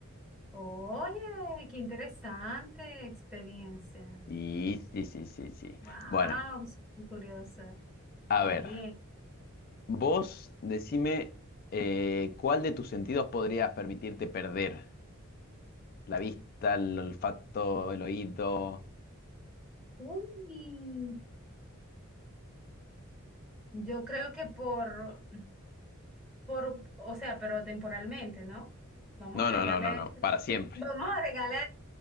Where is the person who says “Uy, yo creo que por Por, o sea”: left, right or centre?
Centre